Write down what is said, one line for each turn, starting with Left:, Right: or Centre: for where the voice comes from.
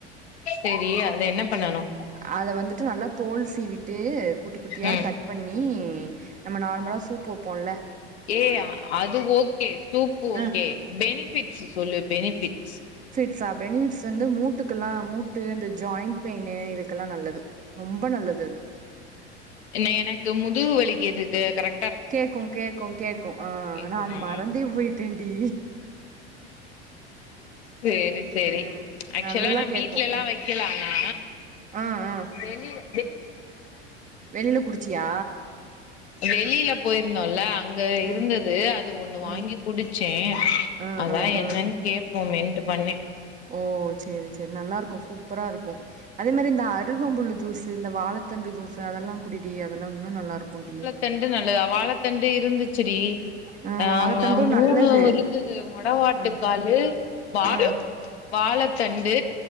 Left: செரி அத என்ன பண்ணணு
Right: அத வந்துட்டு நல்லா தோல் சீவிட்டு குட்டி குட்டியா
Left: ம்
Right: கட் பண்ணி நம்ம நார்மலா சூப்பு வப்போல
Left: ஏ அது ஓகே சூப் ஓகே
Right: ஆ
Left: பெனிஃபிட்ஸ் சொல்லு பெனிஃபிட்ஸ்
Right: ஸ்சா பெனிஃபிட்ஸ் வந்து மூட்டுக்கெல்லா மூட்டு இந்த ஜாயிண்ட் பெயின் இதுக்கெல்லா நல்லது ரொம்ப நல்லது அது
Left: இல்ல எனக்கு முதுகு வலிக்கதுக்கு கரெக்
Right: கேக்கு கேக்கு கேக்கு அ
Left: கேக்குமா
Right: நா அத மறந்தே போயிட்டேன்டி
Left: சேரி சேரி
Right: அ
Left: ஆக்சுவலா
Right: நல்லா
Left: நா
Right: கேக்கு
Left: வீட்லல்லா
Right: ம்
Left: வைக்கல ஆனா
Right: ஆ ஆ
Left: வெளிய
Right: வெளில குடிச்சியா
Left: வெளியில போயிருந்தோல அங்க இருந்தது
Right: ம்
Left: அத ஒண்ணு
Right: ம்
Left: வாங்கி குடிச்சே
Right: ஆ
Left: அதா
Right: ஆ
Left: என்னனு
Right: ஆ
Left: கேப்போமன்ட்டு பண்ணே
Right: ஓ சேரி சேரி நல்லாருக்கு சூப்ப சூப்பராருக்கு அதே மரி இந்த அருகம்புல்லு ஜூசு இந்த வாழத்தண்டு ஜூசு அதெல்லா குடி டி அதெல்லா இன்னு நல்லா இருக்குடி
Left: தண்டு நல்லதா வாழத்தண்டு இருந்துச்சுடி
Right: ஆ
Left: அ
Right: வாழத்தண்டு
Left: அவுங்க மூணு
Right: நல்லது
Left: இருந்தது மொடவாட்டுக்காலு
Right: ஆ
Left: வாழு
Right: ஆ
Left: வாழத்தண்டு